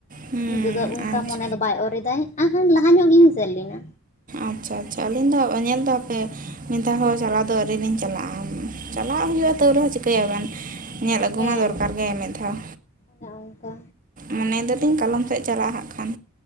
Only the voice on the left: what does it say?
ᱱᱤᱛᱚᱜ ᱫᱚ ᱚᱱᱠᱟ
ᱢᱚᱱᱮ ᱫᱚ ᱵᱟᱭ ᱚᱨᱮᱫᱟᱭ ᱟᱸᱦᱟ ᱞᱟᱦᱟ ᱧᱚᱜ ᱜᱤᱞᱤᱧ ᱥᱮᱱ ᱞᱮᱱᱟ᱾
ᱦᱮᱸ
ᱚᱱᱮ ᱚᱱᱠᱟ᱾